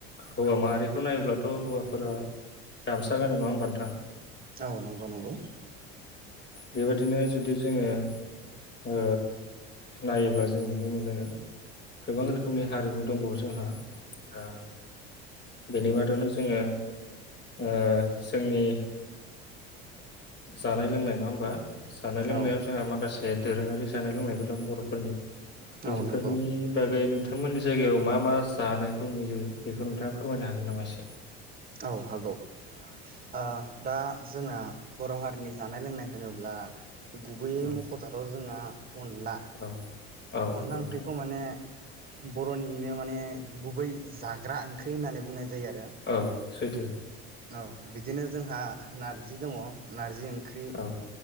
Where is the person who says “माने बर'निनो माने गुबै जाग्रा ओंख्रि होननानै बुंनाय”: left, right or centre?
Right